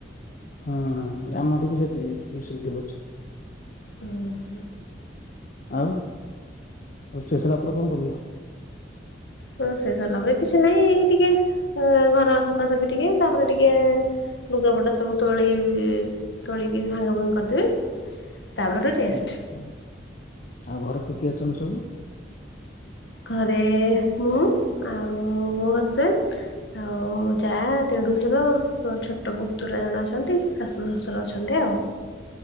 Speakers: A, on the left; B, on the left.
A: ହଁ ଆମଠୁ ବି ସେଠି ଏଠି ବି ସେମିତି ହଉଚି।
B: ହୁଁ ହୁଁ।
A: ଆଉ ରୋଷେଇ ସାଇଲା ପରେ କଣ କରିବେ?
B: ରୋଷେଇ ସାରିଲା ପରେ କିଛି ନାଇଁ ଏଇ ଟିକେ ଅ ଘର ସଫାସଫି ଟିକେ ତାପରେ ଟିକେ ଲୁଗାପଟା ସବୁ ତୋଳି ତୋଳିକି ଭାଙ୍ଗା ଭଙ୍ଗି କରିଦେବି ତାପରେ ଗୋଟେ ରେଷ୍ଟ
A: ଓ ହ ଆଉ ଘରେ କିଏ କିଏ ଅଛନ୍ତି ସବୁ?
B: ଘରେ ମୁଁ ଆଉ ମୋ ହଜ୍ ବେଣ୍ଡ୍ ଆଉ ଯା ଡେ଼ଡୁସୁର ଛୋଟ ପୁତୁରା ଜଣେ ଅଛନ୍ତି ଶାଶୁ ଶଶୁର ଅଛନ୍ତି ଆଉ।